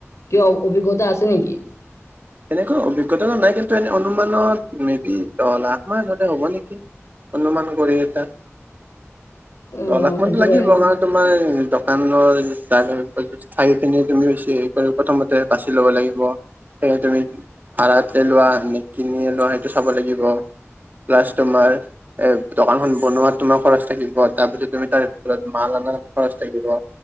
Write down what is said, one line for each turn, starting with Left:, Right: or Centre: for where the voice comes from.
Left: কিবা অভিজ্ঞতা আছে নেকি?
Right: তেনেকৈ অভিজ্ঞতাটো নাই কিন্তু এনে অনুমানত মেবি দহ লাখ মান তাতে হ'ব নেকি? অনুমান কৰি এটা
Left: অ
Right: দহলাখ
Left: সেইটো
Right: মানটো লাগি
Left: কাৰণে
Right: অমাক। তোমাৰ দোকানৰ যি বাজেট আহিপিনি তুমি চিৰিয়েল কৰি প্ৰথমতে বাছি ল'ব লাগিব। এতিয়া তুমি ভাড়াতে লোৱা নে কিনিয়ে লোৱা সেইটো চাব লাগিব। প্লাছ তোমাৰ এ দোকানখন বনোৱাত তোমাৰ খৰচ থাকিব। তাত যদি তুমি তাৰ ভিতৰত মাল অনাৰ খৰচ থাকিব।